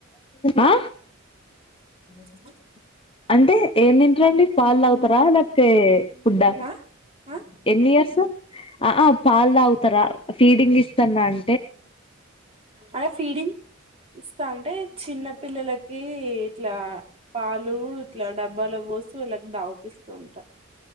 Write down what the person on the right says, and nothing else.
మ్మ్ హ్
ఆ ఆ
అదే ఫీడింగ్ ఇస్తా అంటే చిన్న పిల్లలకి ఇట్లా పాలు ఇట్లా డబ్బలో పోసి వాళ్ళకి దావిపిస్తూ ఉంటా.